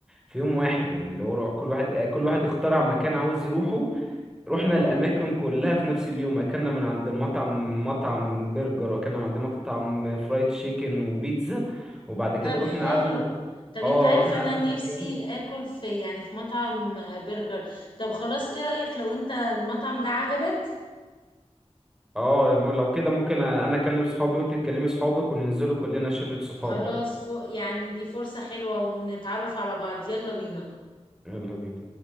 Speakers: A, in the centre; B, on the left (about 50°).
A: في يوم واحد يعني اللي هو رو- كل واحد كل واحد اخترع مكان عاوز يروحه رحنا
B: اه
A: الأماكن كلها في نفس اليوم أكلنا من عند المطعم مطعم برجر وأكلنا من عند مطعم فرايد تشيكن وبيتزا وبعد كده
B: طب
A: رحنا
B: حلو
A: قعدنا
B: طب
A: اه
B: انت عارف
A: رحنا
B: انا
A: قعدنا
B: نفسي
A: في مكان
B: اكل في يعني في مطعم آه، برجر طب خلاص ايه رأيك لو انت المطعم ده عجبك
A: اه ما- لو كده ممكن أ- أنا أكلم صحابي وأنت تكلمي صحابك وننزلوا كلنا شلة صحاب
B: خلاص
A: بقى
B: فوق يعني دي فرصة حلوة ونتعرف على بعض يلا بينا
A: يلا بينا